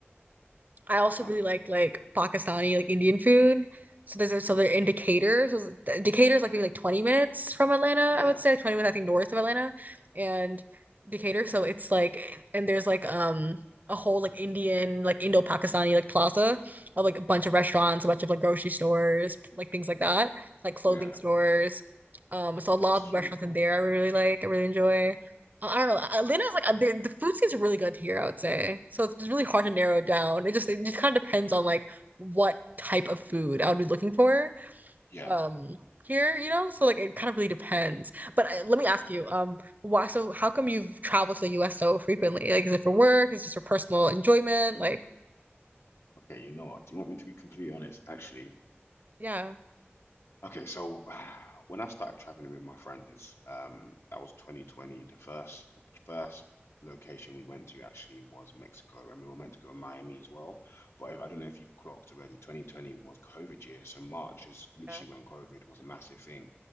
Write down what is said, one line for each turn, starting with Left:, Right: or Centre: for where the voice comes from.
Right: I also
Left: wow.
Right: really like like Pakistani like Indian food. So there's a, so they're in Decatur. So it's- Decatur is like maybe like 20 minutes from Atlanta,
Left: Yeah.
Right: I would say like, 20 minutes I think north of Atlanta and Decatur. So it's like and there's like um a whole like Indian like Indo-Pakistani like plaza of like a bunch of restaurants, a bunch of like grocery stores, like things like that, like clothing
Left: Yeah.
Right: stores. Um, so a lot
Left: That's
Right: of restaurants
Left: really cool.
Right: in there I really really like, I really enjoy. I don't know. Atlanta's like uh, the, the food scene's really good here, I would say. So it's it's really hard to narrow it down. It just it just kind of depends on like what type of food I would be looking for
Left: Yeah.
Right: um here, you know? So like it kind of really depends. But I, let me ask you, um why so how come you've traveled to the US so frequently? Like is it for work? Is it just for personal enjoyment? Like
Left: Okay, you know what? Do you want me to be completely honest? Actually,
Right: yeah.
Left: Okay, so <sighs> when I started traveling with my friends, um, that was 2020. The first, the first location we went to actually was Mexico, and we were meant to go to Miami as well. But if, I don't know if you've clocked already, 2020 was COVID year, so March is literally
Right: Yeah,
Left: when COVID was a massive thing.